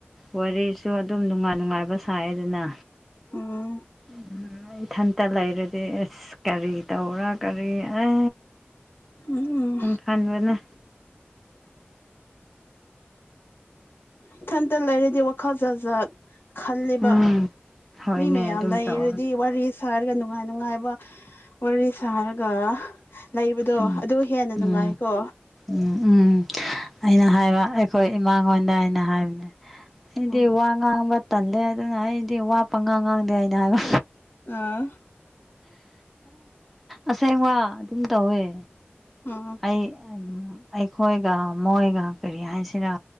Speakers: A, in the centre; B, on the left (about 60°).
A: ꯋꯥꯔꯤꯁꯨ ꯑꯗꯨꯝ ꯅꯨꯡꯉꯥꯏ ꯅꯨꯡꯉꯥꯏꯕ ꯁꯥꯏ ꯑꯗꯨꯅ
B: ꯎꯝ
A: ꯎꯝ ꯏꯊꯟꯇ ꯂꯩꯔꯗꯤ ꯑ ꯑꯁ ꯀꯔꯤ ꯇꯧꯔ ꯀꯔꯤ ꯑꯦ
B: ꯎꯝ
A: ꯈꯟꯕꯅꯦ
B: ꯏꯊꯟꯇ ꯂꯩꯔꯗꯤ ꯋꯥꯈꯜ ꯖꯥꯠꯖꯥꯠ ꯈꯜꯂꯤꯕ
A: ꯎꯝ ꯍꯣꯏꯅꯦ
B: ꯃꯤ ꯃꯌꯥꯝ
A: ꯑꯗꯨꯝ
B: ꯂꯩꯔꯗꯤ
A: ꯇꯧꯔ
B: ꯋꯥꯔꯤ ꯁꯥꯔꯒ ꯅꯨꯡꯉꯥꯏ ꯅꯨꯡꯉꯥꯏꯕ ꯋꯥꯔꯤ ꯁꯥꯔꯒ ꯂꯩꯕꯗꯣ
A: ꯎꯝ
B: ꯑꯗꯨ ꯍꯦꯟꯅ
A: ꯎꯝ
B: ꯅꯨꯡꯉꯥꯏꯀꯣ
A: ꯎꯝ ꯎꯝ ꯑꯩꯅ ꯍꯥꯏꯕ ꯑꯩꯈꯣꯏ ꯏꯃꯥꯡꯉꯣꯟꯗ ꯑꯩꯅ ꯍꯥꯏꯕꯅꯦ ꯑꯩꯗꯤ
B: ꯎꯝ
A: ꯋꯥ ꯉꯥꯡꯕ ꯇꯜꯂꯦ ꯑꯗꯨꯅ ꯑꯩꯗꯤ ꯋꯥꯠꯄ ꯉꯥꯡ ꯉꯥꯡꯗꯦ ꯍꯥꯏꯅ ꯍꯥꯏꯕ
B: ꯑꯥ
A: ꯑꯁꯦꯡꯕ ꯑꯗꯨꯝ ꯇꯧꯋꯦ
B: ꯎꯝ
A: ꯑꯩ ꯑꯩꯈꯣꯏꯒ ꯃꯣꯏꯒ ꯀꯔꯤ ꯍꯥꯏꯁꯤꯔ